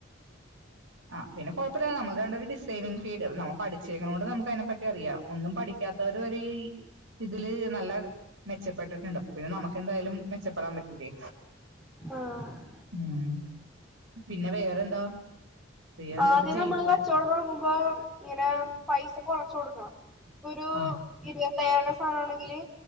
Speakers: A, on the right; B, in the centre.
A: ആഹ് പിന്നെ കുഴപ്പല്ല നമ്മൾ രണ്ടു പേരും ഡിസൈനിങ് ഫീൽഡ് നമ്മ പഠിച്ചേക്കാണോണ്ട് നമുക്ക് അതിനെ പറ്റി അറിയാം ഒന്നും പഠിക്കാത്തവര്വരെ ഈ ഇതില് നല്ല മെച്ചപ്പെട്ടിട്ടുണ്ട് അപ്പൊ പിന്നെ നമുക്കെന്തായാലും മെച്ചപ്പെടാൻ പറ്റൂലേ
B: ആഹ്
A: ഉം പിന്നെ വേറെന്താ വേറെന്താ
B: ആദ്യം
A: ഇപ്പൊ ജയ്പൂര്
B: നമ്മള് വ ചോ പ്പൊട്ങ്ങുമ്പോ ഇങ്ങനെ പൈസ കൊറച്ച് കൊടുക്കണം ഇപ്പൊ ഒരു
A: ആ
B: ഇരുപത്തയ്യായിരടെ സാധനമണെങ്കില്